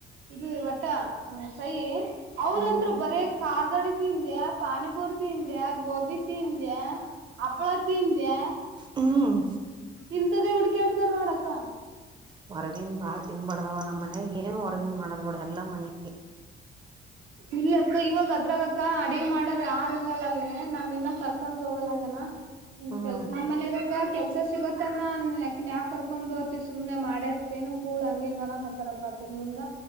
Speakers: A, on the right (about 80°); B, on the right (about 25°).
A: ಇದು ವಟ್ಟ ಸಹಿ ಅವರಂತ್ರೂ
B: ಹ್ಮ್
A: ಬರೇ ಖಾರುಗಳು ತಿಂದೆ ಪಾನಿಪುರಿ ತಿಂದೆ ಗೋಬಿ ತಿಂದೆ. ತಿಂದೆ ಅಪ್ಪಳಾ ತಿಂದ್ಯಾ
B: ಹ್ಮ್
A: ಇಂತದ್ದೇ ಹುಡ್ಕಾಡ್ತಾರ ನೋಡಕ್ಕ
B: ಹೊರಗಿಂದ ಭಾಳ ತಿನ್ನಬಾರ್ದವ್ವ ನಮ್ಮ ಮನೆಯಾಗ ಏನ್ ಹೊರಗನ್ ಮಾಡಲ್ ನೋಡ ಎಲ್ಲ ಮನೆ
A: ಇಲ್ಲಕ್ಕ ಇವಾಗ ಅದ್ರಾಗಕ್ಕ ಅಡಿ ಮಾಡಾರ ಯಾರ ಇಲ್ಲಲ್ಲ ಅಲ್ಲಿ ನಾ ನಿನ್ನ ಕರ್ ಕರಕೊಂಡ ಹೋಗಲಾಗನ
B: ಹ್ಮ್
A: ಕೆ ನಮ್ಮ್ ಮನ್ಯಾಗ ಕೆಲ್ಸ ಸಿಗತ್ತನ ಅಕಿನ ಯಾಕ ಕರ್ಕೊಂಡ್ ಹೋಗ್ತಿ ಸುಮ್ನೆ ಮಾಡ್ಯಕ್ತೇನ ಕೂಳ ಹಂಗ ಹಿಂಗ ಅನಕ್ ತರಕ ಆತನಾ ಮುಂದ